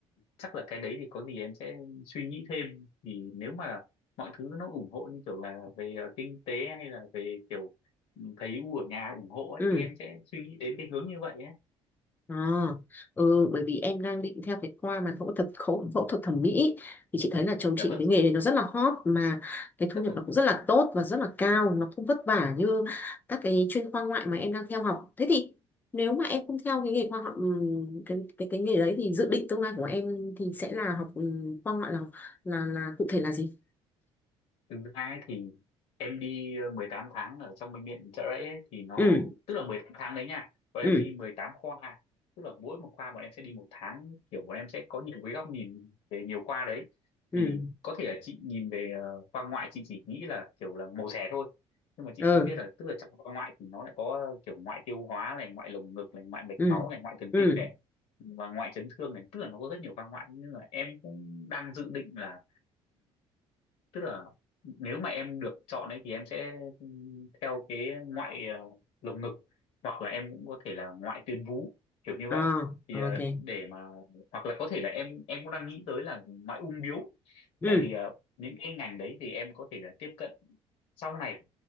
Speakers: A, on the left; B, on the left.
A: chắc là cái đấy thì có gì em sẽ suy nghĩ thêm thì nếu mà mọi thứ nó ủng hộ như kiểu là về ờ, kinh tế hay là về kiểu ừ, thấy u ở nhà ủng hộ ấy
B: ừ
A: thì em sẽ suy nghĩ đến cái hướng như vậy ấy
B: À, ừ, bởi vì em đang định theo cái khoa mà phẫu thuật phẫu, phẫu thuật thẩm mỹ thì chị thấy là chồng
A: dạ
B: chị
A: vâng
B: cái nghề này nó rất là hot mà cái thu
A: dạ
B: nhập
A: vâng
B: nó cũng rất là tốt và rất là cao nó không vất vả như các cái chuyên khoa ngoại mà em đang theo học thế thì nếu mà em không theo cái nghề khoa học ừm, cái cái cái nghề đấy thì dự định tương lai của em thì sẽ là học ừm, khoa ngoại là là là cụ thể là gì
A: thực ra ấy thì em đi ờ, 18 tháng ở trong bệnh viện Chợ Rẫy ấy, thì nó
B: ừ
A: tức là 18 tháng đấy nha còn
B: ừ
A: em đi 18 khoa tức là mỗi một khoa bọn em sẽ đi một tháng kiểu bọn em sẽ có nhiều cái góc nhìn về nhiều khoa đấy
B: ừ
A: thì có thể là chị nhìn về ờ, khoa ngoại chị chỉ nghĩ là kiểu là mổ xẻ thôi nhưng mà chị
B: ừ
A: cũng biết là tức là trong khoa ngoại thì nó lại có ờ, kiểu ngoại tiêu hóa này ngoại lồng ngực này ngoại mạch
B: ừ
A: máu này ngoại thần
B: ừ
A: kinh này và ngoại chấn thương này tức là nó có rất nhiều khoa ngoại nhưng mà em cũng đang dự định là tức là nếu mà em được chọn ấy thì em sẽ ừm, theo cái ngoại ờ, lồng ngực hoặc là em cũng có thể là ngoại tuyến vú kiểu như
B: à
A: vậy thì ờ,
B: ok
A: để mà hoặc là có thể là em em cũng đang nghĩ tới là ngoại ung bướu
B: ừ
A: tại vì ờ, những cái ngành đấy thì em có thể là tiếp cận sau này